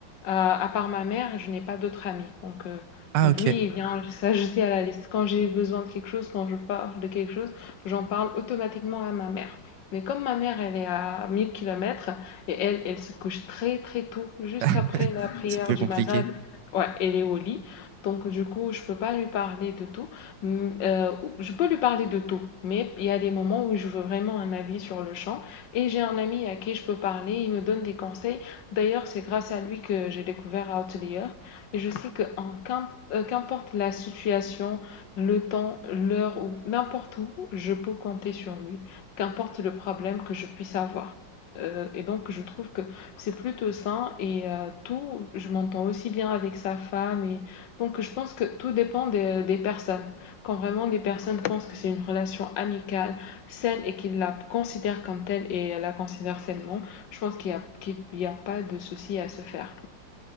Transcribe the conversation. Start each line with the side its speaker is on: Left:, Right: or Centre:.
Left: Euh, à part ma mère, je n'ai pas d'autres amis. Donc, euh,
Right: Ah,
Left: lui,
Right: ok.
Left: il vient <laughs> s'ajouter à la liste. Quand j'ai besoin de quelque chose, quand je parle de quelque chose, j'en parle automatiquement à ma mère. Mais comme ma mère, elle est à 1000 kilomètres et elle, elle se couche très très tôt, juste
Right: <laughs>
Left: après la prière
Right: C'est peu
Left: du
Right: compliqué.
Left: Maghreb, ouais, elle est au lit. Donc du coup, je peux pas lui parler de tout. Mm, euh, je peux lui parler de tout, mais il y a des moments où je veux vraiment un avis sur le champ. Et j'ai un ami à qui je peux parler, il me donne des conseils. D'ailleurs, c'est grâce à lui que j'ai découvert Outlier. Et je sais que en qu'im- euh, qu'importe la situation, le temps, l'heure ou n'importe où, je peux compter sur lui qu'importe le problème que je puisse avoir. Euh, et donc, je trouve que c'est plutôt sain et euh, tout, je m'entends aussi bien avec sa femme. Et... Donc, je pense que tout dépend des, des personnes. Quand vraiment les personnes pensent que c'est une relation amicale, saine et qu'ils la considèrent comme telle et la considèrent sainement, je pense qu'il n'y a, qu'il y a pas de souci à se faire.